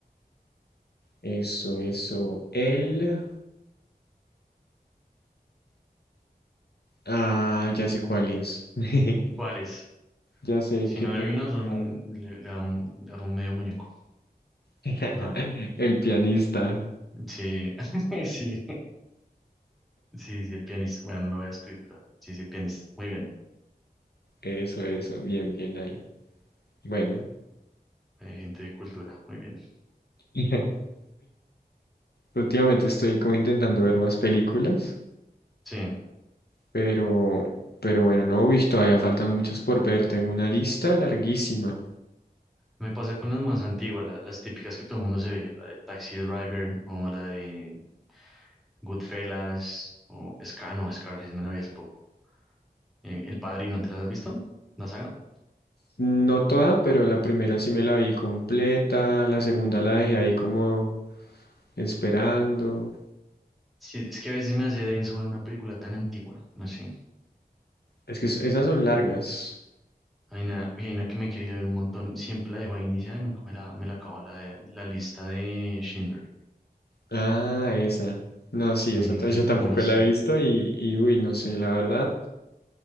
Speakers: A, on the left (about 80°); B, in the centre.
A: Eso, eso. El. Ah, ya sé cuál es. <laughs>
B: ¿Cuáles?
A: Ya sé
B: Si
A: qué
B: no
A: película
B: adivino, son, le, le dan, le dan un medio muñeco.
A: es. <laughs>
B: A ver.
A: El pianista.
B: Sí, <laughs> sí, sí, sí, el pianista. Bueno, no lo voy a escribir, pero sí, sí, el pianista. Muy bien.
A: Eso, eso. Bien, bien ahí. Bueno.
B: Eh, gente de cultura, muy bien.
A: <laughs> Últimamente estoy como intentando ver más películas,
B: Sí,
A: pero, pero bueno, no, uy, todavía faltan muchas por ver. Tengo una lista larguísima.
B: me pasa con las más antiguas, la- las típicas que todo el mundo se ve, la de Taxi Driver o la de Goodfellas o Scar, no, Scarface me la vi hace poco. Eh, El Padrino, ¿te las has visto? ¿La saga?
A: No toda, pero la primera sí me la vi completa, la segunda la dejé ahí como esperando.
B: Sí, es que a veces me hace denso ver una película tan antigua, no sé.
A: Es que es- esas son largas.
B: Hay una, hay una que me he querido ver un montón, siempre la dejo ahí iniciada y nunca me la, me la acabo, la, de- la lista de Schindler.
A: Ah, esa. No, sí,
B: Me
A: esa
B: dicen
A: ta-
B: que esa
A: <laughs> yo
B: es
A: tampoco
B: buenísima.
A: la he visto y, y uy, no sé, la verdad,